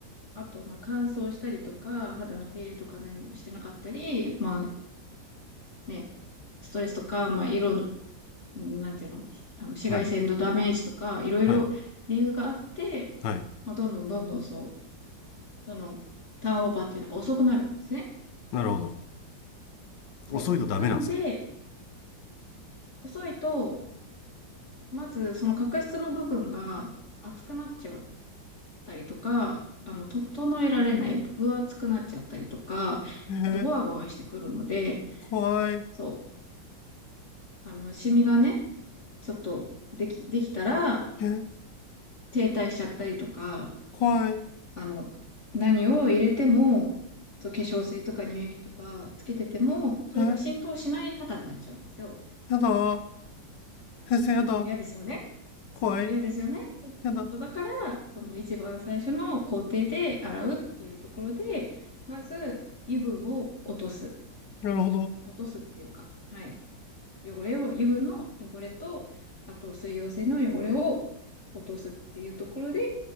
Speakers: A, on the left; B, on the left.
A: あと、まあ、乾燥したりとか、肌の手入れとか何もしてなかったり、まあね、ストレスとか、まあ、色なんていうのあの、紫外線のダメージとか、
B: え。はい。
A: いろいろ理由があって、
B: はい。はい。
A: まあ、どんどんどんどんそう、その、ターンオーバーっていうのが遅くなるんですね。
B: なるほど。
A: そう。
B: 遅いとダメなんですか
A: なので、遅いと、まずその角質の部分が厚くなっちゃったりとか、あの、整えられない、分厚くなっちゃったりとか、
B: えー、
A: あと、ゴワゴワしてくるので、
B: 怖い。
A: そう、あの、シミがね、ちょっと、でき、できたら、
B: え、
A: 停滞しちゃったりとか、
B: 怖い。
A: あの、何を入れても、そう化粧水とか乳液とかつけてても、それが浸透しない肌になっちゃうんですよ。
B: え、やだ。先生やだ。
A: 嫌ですよね。
B: 怖い。
A: そう嫌ですよね。そうそうだから、
B: やだ。
A: その一番最初の工程で洗うっていうところで、まず油分を落とす。
B: なるほど。
A: 落とすっていうか、はい。汚れを、油分の汚れと、あと水溶性の汚れを落とすっていうところで、